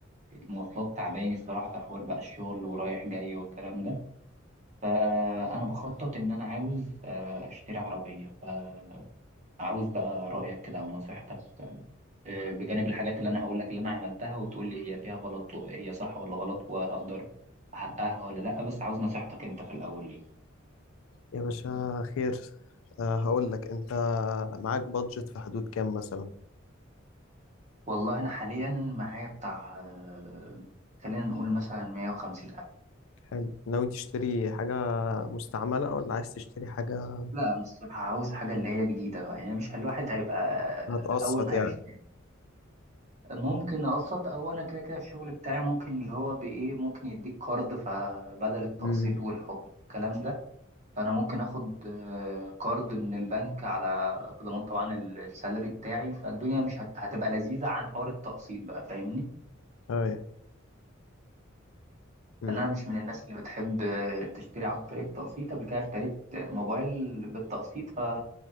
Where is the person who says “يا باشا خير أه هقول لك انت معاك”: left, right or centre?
Left